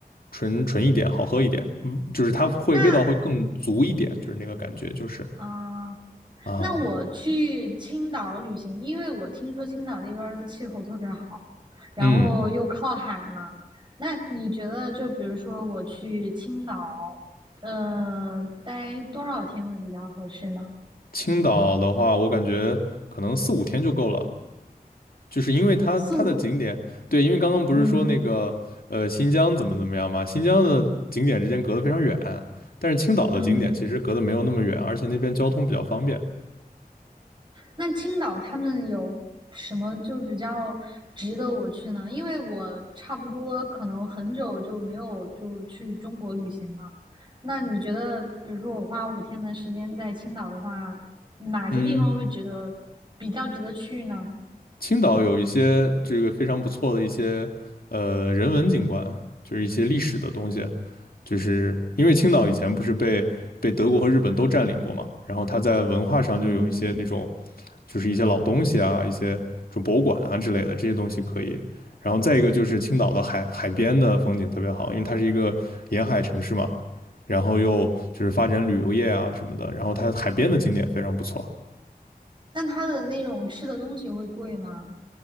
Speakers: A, on the left (about 65°); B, on the right (about 30°).
A: 纯纯一点，好喝一点，嗯，就是它会味道会更足一点，
B: 那
A: 就是那个感觉，就是
B: 啊，
A: 啊，
B: 那我去青岛旅行，因为我听说青岛那边儿的气候特别好，然后又靠海嘛。
A: 嗯，
B: 那你觉得，就比如说我去青岛，嗯，待多少天会比较合适呢？
A: 青岛的话，我感觉可能四五天就够了，就是因为它它的景点，
B: 四五，
A: 对，因为刚刚不是说那个呃新疆怎么怎么样嘛，
B: 嗯
A: 新疆的景点之间隔得非常远，但是青岛的景点其实隔得没有那么远，
B: 嗯
A: 而且那边交通比较方便。
B: 那青岛他们有什么就是比较值得我去呢？因为我差不多可能很久就没有就去中国旅行了。那你觉得，比如说我花五天的时间在青岛的话，哪些地方会值得比较值得去呢？
A: 嗯，青岛有一些这个非常不错的一些呃人文景观，就是一些历史的东西，就是因为青岛以前不是被被德国和日本都占领过嘛，然后它在文化上就有一些那种
B: 嗯，
A: 就是一些老东西啊，一些就博物馆啊之类的这些东西可以。然后再一个就是青岛的海海边的风景特别好，因为它是一个沿海城市嘛，然后又就是发展旅游业啊什么的，然后它海边的景点非常不错。
B: 那它的那种吃的东西会贵吗？